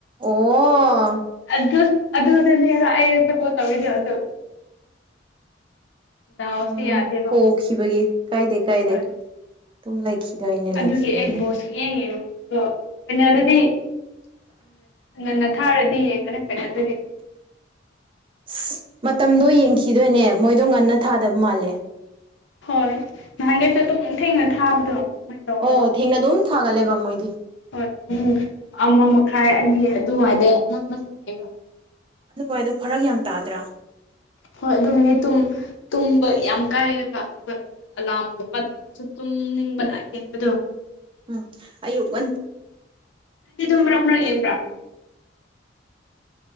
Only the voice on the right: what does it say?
ꯑꯣ
ꯎꯝ
ꯄꯣꯛꯈꯤꯕꯒꯤ ꯀꯥꯏꯗꯦ ꯀꯥꯏꯗꯦ
ꯑꯗꯨꯝ ꯂꯩꯈꯤꯗꯣꯏꯅꯦ
ꯂꯩꯈꯤꯗꯣꯏꯅꯦ
ꯑꯁ ꯃꯇꯝꯗꯣ ꯌꯦꯡꯈꯤꯗꯣꯏꯅꯦ ꯃꯣꯏꯗꯣ ꯉꯟꯅ ꯊꯥꯗꯕ ꯃꯥꯜꯂꯦ
ꯑꯣ ꯊꯦꯡꯅ ꯑꯗꯨꯝ ꯊꯥꯒꯠꯂꯦꯕ ꯃꯣꯏꯗꯤ
ꯑꯗꯨꯋꯥꯏꯗꯣ ꯐꯔꯛ ꯌꯥꯝ ꯇꯥꯗ꯭ꯔꯥ
ꯎꯝ ꯑꯌꯨꯛ ꯉꯟ